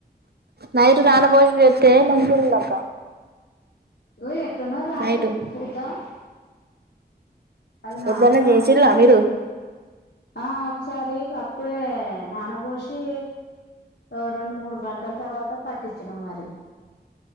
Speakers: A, on the right; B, on the left.
A: నైటు నానభోసి పెడితే మంచిగుండు అక్క
B: ఉ ఎటనో రాని
A: నైటు
B: చూద్దాం అవి నానయా
A: ఎప్పుడన్నా జెసిలా మీరు
B: ఆ ఒకసారి అప్పుడే నానవోషి ఓ రెండు మూడు గంటల తర్వాత పట్టించిన మరి